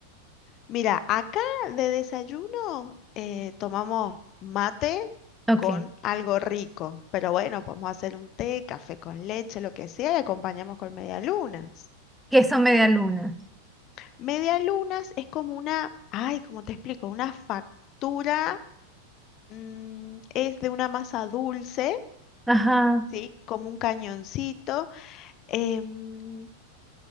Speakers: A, on the left; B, in the centre.
A: Mira, acá de desayuno eh, tomamos mate
B: Ok,
A: con algo rico, pero bueno, podemos hacer un té, café con leche, lo que sea, y acompañamos con medialunas.
B: queso media luna.
A: Media lunas es como una, ay, ¿cómo te explico? Una factura, mm, es de una masa dulce,
B: Ajá.
A: ¿sí? Como un cañoncito. em,